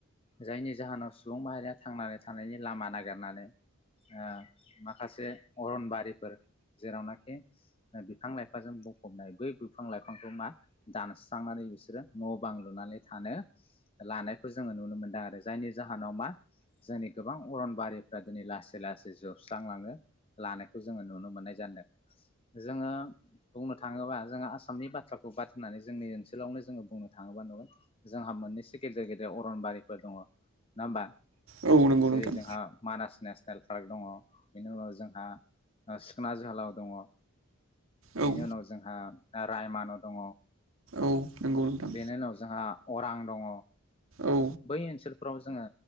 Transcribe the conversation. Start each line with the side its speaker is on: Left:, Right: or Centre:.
Left: जायनि जाहोनाव सुबुं माहारिया थांनानै थानायनि लामा नागिरनानै ओ माखासे अरनबारिफोर जेरावनाखि बिफां लाइफांजों बुंफबनाय बै बिफां लाइफांखौ मा दानस्रांनानै बिसोरो न' बां लुनानै थानो लानायखौ जोङो नुनो मोनदों आरो जायनि जाहोनाव मा जोंनि गोबां अरनबारिफ्रा दिनै लासै लासै जोबस्रांलांनो लानायखौ जोङो नुनो मोननायजादों। जोङो बुंनो थाङोबा जोङो आसामनि बाथ्राखौ बाद होननानै जोंनि ओनसोलावनो जोङो बुंनो थाङोबा नुगोन जोंहा मोननैसो गेदेर गेदेर अरनबारिफोर दङ नङा होमबा?
Right: औ नंगौ
Left: जेरै-
Right: नोंथां
Left: जोंहा मानास नेसनेल पार्क दङ बेनि उनाव जों ओ सिखना जोहोलाव दङ
Right: औ
Left: बेनि उनाव जोंहा आ रायमान' दङ
Right: औ नंगौ नोंथां
Left: बेनि उनाव जोंहा अरां दङ
Right: औ
Left: बै ओनसोलफ्राव जोङो